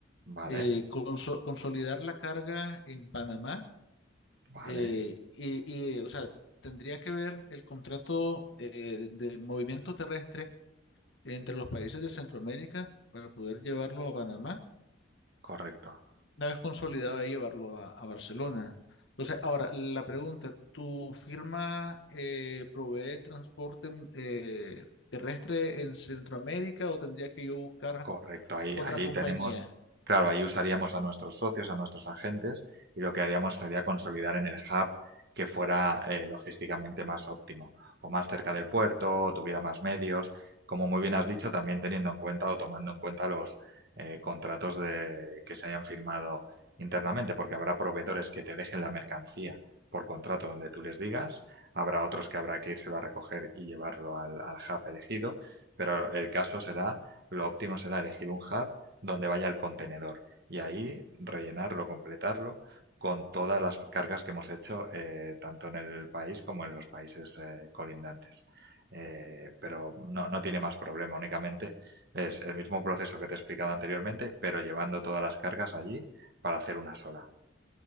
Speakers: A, on the right; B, on the left.
A: Vale,
B: eh, conso- consolidar la carga en Panamá
A: vale,
B: eh, y, y, o sea, tendría que ver el contrato eh, de movimiento terrestre entre los países de Centroamérica para poder llevarlo a Panamá
A: correcto.
B: una vez consolidado de llevarlo a, a Barcelona. Entonces, ahora la pregunta, ¿tu firma eh, provee transporte mm, eh, terrestre en Centroamérica o tendría que yo buscar
A: Correcto, ahí,
B: otra
A: ahí
B: compañía?
A: tenemos, claro, ahí usaríamos a nuestros socios, a nuestros agentes, y lo que haríamos sería consolidar en el hub que fuera eh, logísticamente más óptimo, o más cerca del puerto, o tuviera más medios, como muy bien has dicho, también teniendo en cuenta o tomando en cuenta los eh, contratos de, que se hayan firmado internamente, porque habrá proveedores que te dejen la mercancía por contrato donde tú les digas, habrá otros que habrá que írselo a recoger y llevarlo al al hub elegido, pero el caso será lo óptimo será elegir un hub donde vaya el contenedor y ahí rellenarlo, completarlo con todas las cargas que hemos hecho eh, tanto en el país como en los países eh, colindantes. Eh, pero no, no tiene más problema, únicamente es el mismo proceso que te he explicado anteriormente, pero llevando todas las cargas allí para hacer una sola.